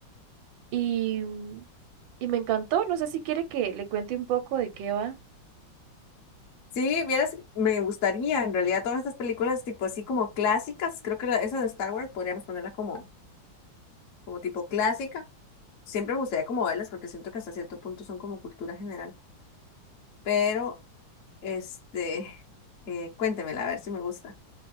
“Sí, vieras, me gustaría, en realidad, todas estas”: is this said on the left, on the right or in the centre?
Left